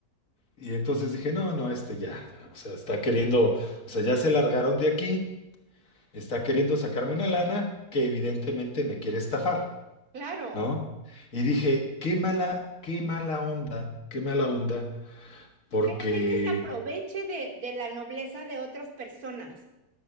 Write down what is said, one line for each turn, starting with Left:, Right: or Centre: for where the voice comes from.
Left: Y entonces dije, no, no, este ya, ya, o sea, está queriendo, o sea, ya se largaron de aquí está queriendo sacarme una lana que evidentemente me quiere estafar,
Right: Claro,
Left: ¿no? Y dije, qué mala, qué mala onda, qué mala onda, porque
Right: que la gente se aproveche de, de la nobleza de otras personas